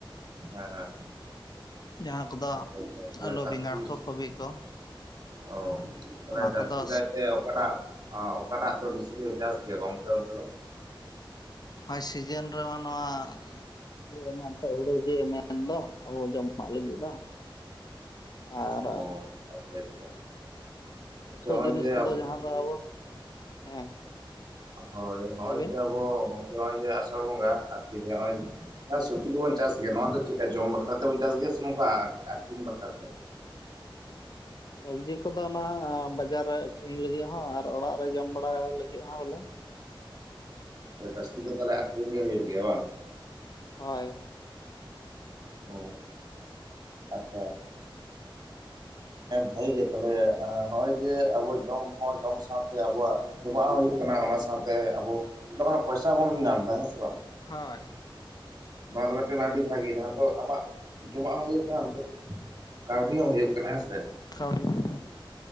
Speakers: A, on the right; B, on the left.
A: ᱦᱮᱸ ᱦᱮᱸ,
B: ᱡᱟᱦᱟᱸ ᱠᱚᱫᱚ
A: ᱟᱪᱪᱷᱟ ᱟᱪᱪᱷᱟ ᱛᱟᱦᱚᱞᱮ
B: ᱟᱹᱞᱩ
A: ᱥᱟᱠᱪᱩᱥ
B: ᱵᱮᱸᱜᱟᱲ ᱠᱚ ᱠᱚᱵᱤ ᱠᱚ,
A: ᱚ ᱛᱟᱞᱦᱮ
B: ᱚᱱᱟ
A: ᱡᱟᱹᱥᱛᱤ
B: ᱠᱚᱫᱚ
A: ᱠᱟᱭᱛᱮ, ᱚᱠᱟᱴᱟᱜ ᱚᱠᱟᱴᱟᱜ ᱫᱚ ᱵᱤᱥᱤ ᱯᱮ ᱪᱟᱥ ᱜᱮᱭᱟ ᱜᱚᱝᱠᱮ ᱚᱱᱛᱮ ᱫᱚ?
B: ᱦᱳᱭ ᱥᱤᱡᱤᱱ ᱨᱮᱢᱟ ᱱᱚᱣᱟ ᱤᱭᱟᱹ ᱨᱮᱢᱟ ᱮᱱᱛᱮᱫ ᱦᱩᱲᱩ ᱜᱮ, ᱢᱮᱱ ᱫᱚ ᱟᱵᱚ ᱡᱚᱢᱼᱼ ᱮᱢᱟᱜ ᱞᱟᱹᱜᱤᱫ ᱫᱚ, ᱟᱨ
A: ᱚ ᱟᱪᱪᱷᱟ ᱟᱪᱪᱷᱟ,
B: ᱩᱛᱩ
A: ᱱᱚᱜᱼᱚᱭ
B: ᱡᱤᱱᱤᱥ
A: ᱡᱮ
B: ᱠᱚᱫᱚ ᱡᱟᱦᱟᱸ ᱫᱚ ᱟᱵᱚ, ᱦᱮᱸ
A: ᱦᱳᱭ ᱱᱚᱜᱼᱚᱭ
B: ᱞᱟᱹᱭ ᱵᱤᱱ
A: ᱡᱮ ᱟᱵᱚ ᱜᱚᱝᱠᱮ ᱱᱚᱜᱼᱚᱭ ᱡᱮ ᱟᱥᱟᱲ ᱵᱚᱸᱜᱟ ᱟᱨ ᱛᱤᱨᱮ ᱱᱚᱜᱼᱚᱭ, ᱥᱚᱵᱽᱡᱤ ᱠᱚᱵᱚᱱ ᱪᱟᱥ ᱜᱮᱭᱟ ᱱᱚᱣᱟ ᱫᱚ ᱪᱮᱫᱠᱟ ᱡᱚᱢ ᱵᱟᱠᱷᱨᱟ ᱛᱮᱵᱚᱱ ᱪᱟᱥ ᱜᱮᱭᱟ, ᱥᱮ ᱱᱚᱝᱠᱟ ᱟᱠᱷᱨᱤᱧ ᱵᱟᱠᱷᱨᱟ ᱛᱮ?
B: ᱥᱚᱵᱽᱡᱤ ᱠᱚᱫᱚ ᱚᱱᱟ ᱵᱟᱡᱟᱨ ᱨᱮ ᱟᱠᱷᱨᱤᱧ ᱞᱟᱹᱜᱤᱫ ᱦᱚᱸ, ᱟᱨ ᱚᱲᱟᱜ ᱨᱮ ᱡᱚᱢ ᱵᱟᱲᱟᱭ ᱞᱟᱹᱜᱤᱫ ᱦᱚᱸ ᱵᱚᱞᱮ᱾
A: ᱡᱟᱹᱥᱛᱤ ᱫᱚ ᱛᱟᱦᱚᱞᱮ ᱟᱠᱷᱨᱤᱧ ᱜᱮ ᱦᱩᱭᱩᱜ ᱜᱮᱭᱟ ᱵᱟᱝ᱾
B: ᱦᱳᱭ,
A: ᱚᱻ ᱟᱪᱪᱷᱟ, ᱵᱷᱟᱜᱮ ᱜᱮ ᱛᱟᱦᱮ ᱦᱚᱜᱼᱚᱭ ᱡᱮ ᱟᱵᱚ ᱡᱚᱢ ᱦᱚᱸ ᱡᱚᱢ ᱥᱟᱶᱛᱮ ᱟᱵᱩᱣᱟᱜ ᱡᱚᱢᱟᱜ ᱦᱚᱸ ᱦᱩᱭᱩᱜ ᱠᱟᱱᱟ, ᱚᱱᱟ ᱥᱟᱶ ᱛᱮ ᱟᱵᱚ ᱚᱸᱰᱮ ᱠᱷᱚᱱᱟᱜ ᱯᱚᱭᱥᱟ ᱵᱚᱱ ᱧᱟᱢ ᱮᱫᱟ ᱦᱮᱸ ᱥᱮ ᱵᱟᱝ᱾
B: ᱦᱳᱭ,
A: ᱱᱚᱣᱟ ᱫᱚ ᱢᱤᱫᱴᱮᱱ ᱟᱹᱰᱤ ᱵᱷᱟᱹᱜᱤ, ᱡᱟᱦᱟᱸ ᱟᱢᱟᱜ ᱡᱚᱢᱟᱜ ᱦᱚᱸ ᱦᱩᱭᱩᱜ ᱠᱟᱱᱟ᱾ ᱱᱛᱮ ᱠᱟᱹᱣᱰᱤ ᱦᱚᱸ ᱦᱩᱭᱩᱜ ᱠᱟᱱᱟ ᱦᱮᱸᱥᱮ᱾
B: ᱦᱚᱻ <unintelligible>